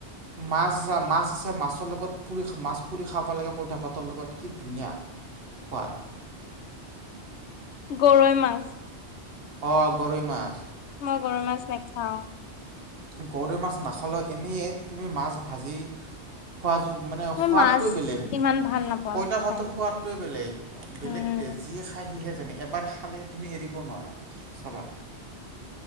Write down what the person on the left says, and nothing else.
গৰৈ মাছ।
মই গৰৈ মাছ নাখাও।
মই
মাছ
ইমান ভাল নাপাওঁ
খাই
উম